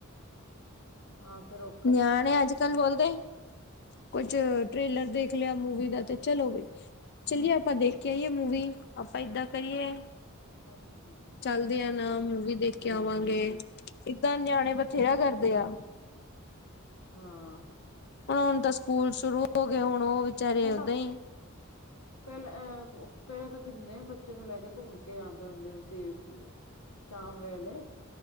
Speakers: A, on the left; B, on the left.
A: ਆ ਫਿਰ, ਓ
B: ਨਿਆਣੇ ਅੱਜ-ਕੱਲ ਬੋਲਦੇ ਕੁੱਝ ਟ੍ਰੇਲਰ ਦੇਖ ਲਿਆ, ਮੂਵੀ ਦਾ ਤੇ, ਚਲੋ ਵੀ। ਚੱਲੀਏ ਆਪਾ ਦੇਖਕੇ ਆਈਏ ਮੂਵੀ, ਆਪਾਂ ਏਦਾਂ ਕਰੀਏ।
A: ਅੱਛਾ
B: ਚੱਲਦੇ ਆ ਨਾ, ਮੂਵੀ
A: ਹੂੰ
B: ਦੇਖਕੇ ਆਵਾਂਗੇ ਏਦਾਂ ਨਿਆਣੇ ਬੱਚ ਚਿਹਰਾ ਕਰਦੇ
A: ਉਹੀ ਨਾ,
B: ਆ।
A: ਹਾਂ।
B: ਹੁਣ-ਹੁਣ ਤਾ ਸਕੂਲ ਸ਼ੁਰੂ ਹੋ ਗਏ, ਹੁਣ ਉਹ ਵਿਚਾਰੇ
A: ਹੁਨ
B: ਓਦਾਂ ਹੀ
A: ਪਹਿਲਾਂ ਅਹ ਪਹਿਲਾਂ ਤੇ, ਕਿੰਨੇ ਬੱਚੇ ਨੂੰ ਲੈਕੇ ਘੁੰਮਕੇ ਆਂਦੇ ਹੁੰਦੇ ਸੀ। ਸ਼ਾਮ ਵੇਲੇ